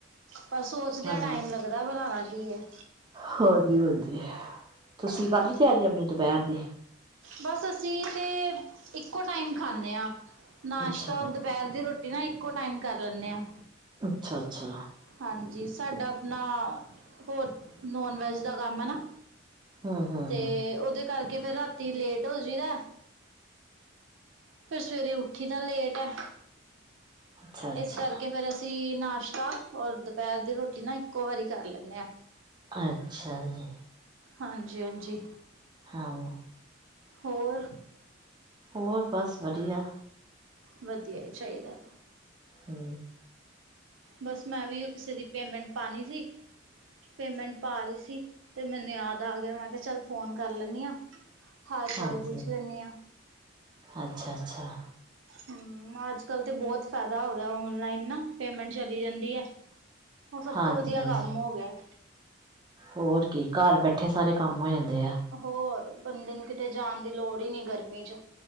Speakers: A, on the right; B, on the right.
A: ਪਰ ਸੋਚਦਿਆਂ
B: ਹਾਂ।
A: ਟਾਈਮ ਲੱਗਦਾ ਬਣਾਉਣਾ ਕੀ ਹੈ।
B: ਹਾਂਜੀ- ਹਾਂਜੀ ਤੁਸੀਂ
A: ਹਮ
B: ਕਰ ਲਈ ਤਿਆਰੀ ਆਪਣੀ ਦੁਪਹਿਰ ਦੀ
A: ਬਸ ਅਸੀਂ ਤੇ ਇੱਕੋ ਟਾਈਮ ਖਾਂਦੇ ਹਾਂ ਨਾਸ਼ਤਾ
B: ਅੱਛਾ,
A: ਉਦੇ ਦੁਪਹਿਰ ਦੀ ਰੋਟੀ ਨਾ ਇੱਕੋ ਟਾਈਮ ਕਰ ਲੈਂਦੇ ਆ।
B: ਅੱਛਾ- ਅੱਛਾ।
A: ਹਾਂਜੀ ਸਾਡਾ ਆਪਣਾ ਹੋਰ ਨੋਨ ਵੈਜ ਦਾ ਕੰਮ ਹੈ ਨਾ।
B: ਹੂੰ ਹੂੰ,
A: ਤੇ
B: ਹੂੰ
A: ਉਹਦੇ ਕਰਕੇ ਫੇਰ ਰਾਤੀ ਲੇਟ ਹੋ ਜਾਈਦਾ। ਫੇਰ ਸਵੇਰੇ ਉੱਠੀ ਤਾਂ ਲੇਟ ਹੈ।
B: ਅੱਛਾ ਅੱਛਾ।
A: ਇਸ ਕਰਕੇ ਫੇਰ ਅਸੀਂ ਨਾਸ਼ਤਾ ਔਰ ਦੁਪਹਿਰ ਦੀ ਰੋਟੀ ਨਾ ਇੱਕੋ ਵਾਰੀ ਕਰ ਲੈਂਦੇ ਆ।
B: ਅੱਛਾ ਜੀ।
A: ਹਾਂਜੀ- ਹਾਂਜੀ।
B: ਹਾਔ।
A: ਹੋਰ।
B: ਹੋਰ ਬਸ ਵਧੀਆ।
A: ਵਧੀਆ ਈ ਚਾਹੀਦਾ।
B: ਹੂੰ
A: ਬਸ ਮੈਂ ਵੀ ਔਹ ਕਿਸੇ ਦੀ ਪੇਮੈਂਟ ਪਾਨੀ ਸੀ। ਪੇਮੈਂਟ ਪਾ ਰਹੀ ਸੀ। ਤੇ ਮੈਨੂੰ ਯਾਦ ਆ ਗਿਆ, ਮੈਂ ਕਿਹਾ ਚੱਲ ਫੋਨ ਕਰ ਲੈੈਂਨੀਆਂ। ਹਾਲ
B: ਹਾਂਜੀ
A: ਚਾਲ ਪੁੱਛ ਲੈਨੀ ਆਂ।
B: ਅੱਛਾ, ਅੱਛਾ।
A: ਹੂੰ ਅੱਜ ਕਲ੍ਹ ਤੇ ਬੋੱਤ ਫੈਦਾ ਹੋ ਗਿਆ। ਔਨਲਾਈਨ ਨਾ ਪੇਮੈਂਟ ਚਲੀ ਜਾਂਦੀ ਐ। ਔਹ ਸਭ
B: ਹਾਂਜੀ
A: ਤੋਂ ਵਧੀਆ
B: ਹਾਂਜੀ
A: ਕੰਮ ਹੋ ਗਿਐ।
B: ਹੋਰ ਕੀ ਘਰ ਬੈਠੇ ਸਾਰੇ ਕੰਮ ਹੋ ਜਾਂਦੇ ਆ।
A: ਹੋਰ ਬੰਦੇ ਨੂੰ ਕਿਤੇ ਜਾਨ ਦੀ ਲੋੜ ਨੀ ਗਰਮੀ 'ਚ